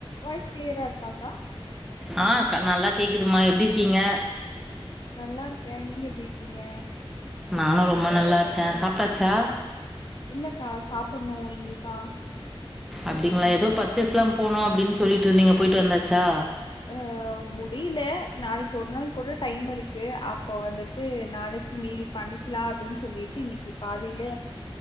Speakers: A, on the left (about 50°); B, in the centre.
A: Voice கிளியரா இருக்காக்கா
B: ஆ நல்லா கேக்குதுமா எப்டி இருக்கீங்க
A: நல்லா இருக்க நீங்க எப்டி இருக்கீங்க?
B: நானு ரொம்ப நல்லாரு சாப்ட்டாச்சா
A: இல்லக்கா சாப்புட்ணும் இனிதான்.
B: அப்டிங்களா ஏதோ பர்ச்சேஸ்லா போணு அப்டின்னு சொல்லிட்டு இருந்தீங்க போயிட்டு வந்தாச்சா
A: அஹ் முடியல நாளைக்கு ஒரு நாள் கூட டைம் இருக்கு அப்போ வந்துட்டு நாளைக்கு மீதி பண்ணிக்கலா அப்டின்னு சொல்லிட்டு இன்னைக்கு பாதியில